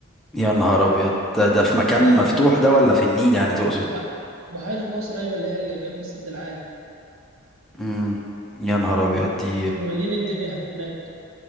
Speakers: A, in the centre; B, on the right.
A: يا نهار ابيض ده ده في مكان
B: اه يا
A: مفتوح
B: عم
A: ده ولا في النيل يعني تقصد
B: بح- بحيره ناصر ايوه اللي هي اللي جنب السد العالي
A: امم يا نهار ابيض دي
B: كانوا مالين الدنيا هناك